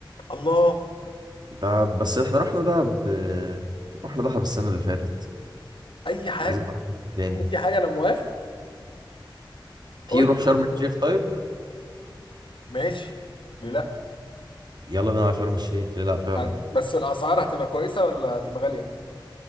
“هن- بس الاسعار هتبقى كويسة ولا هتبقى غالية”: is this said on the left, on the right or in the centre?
Left